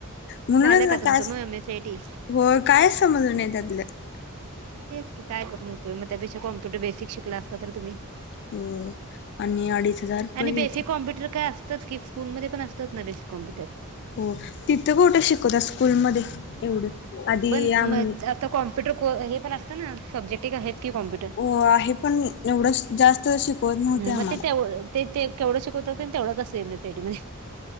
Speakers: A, on the left; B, on the right.
A: म्हणूनच
B: झालं का
A: न
B: तुमचं
A: काय.
B: मग M S C I T
A: होय कायच समजल नाही त्यातलं.
B: तेच की काय करून उपयोग, त्याबेक्षा कॉम्प्युटर बेसिक शिकला असता तर तुम्ही.
A: हो आणि अडीच हजार रुपये
B: आणि बेसिक
A: घेतले.
B: कॉम्प्युटर काय आसतच कीच. फोनमध्ये पण असतात ना बेसिककॉम्प्युटर.
A: हो तिथं कुठं शिकवत्यात स्कूलमध्ये. एवढं. आधी
B: पण
A: आम्ही
B: म आता कॉम्प्युटर को हे पण असतं ना सब्जेक्ट एक आहेच की कॉमप्युटर
A: हो आहे पण एवढं जास्त शिकवत नव्हते आम्हाला
B: मग ते तेव ते ते तेवढंच शिकवतात कणी तेवढंच असंतसे, सेटमध्ये